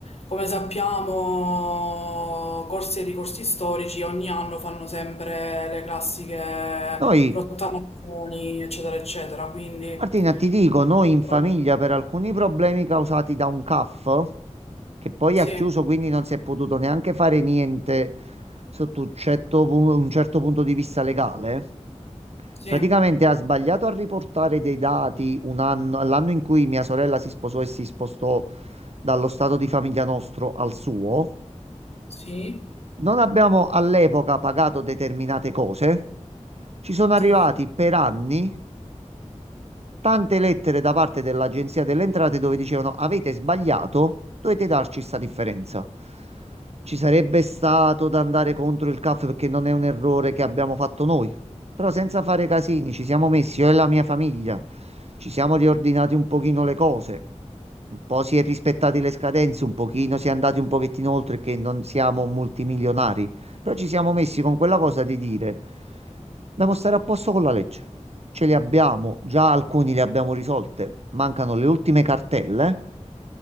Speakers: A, on the left (about 60°); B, on the right (about 60°).
A: come sappiamo, corsi e ricorsi storici ogni anno fanno sempre le classiche
B: Noi,
A: rottamazioni, eccetera, eccetera. Quindi
B: Martina, ti dico, noi
A: non c'è
B: in famiglia
A: proprio.
B: per alcuni problemi causati da un CAF, che poi
A: Sì,
B: ha chiuso, quindi non si è potuto neanche fare niente sotto un certo pu- un certo punto di vista legale.
A: sì,
B: Praticamente ha sbagliato a riportare dei dati un anno, l'anno in cui mia sorella si sposò e si spostò dallo stato di famiglia nostro al suo.
A: sì.
B: Non abbiamo all'epoca pagato determinate cose. Ci sono arrivati
A: Sì,
B: per anni tante lettere da parte dell'Agenzia delle Entrate dove dicevano avete sbagliato, dovete darci sta differenza. Ci sarebbe stato da andare contro il CAF perché non è un errore che abbiamo fatto noi. Però senza fare casini, ci siamo messi io e la mia famiglia, ci siamo riordinati un pochino le cose. Un po' si è rispettati le scadenze, un pochino si è andati un pochettino oltre che non siamo multimilionari, però ci siamo messi con quella cosa di dire dobbiamo stare a posto con la legge ce li abbiamo, già alcuni li abbiamo risolte, mancano le ultime cartelle.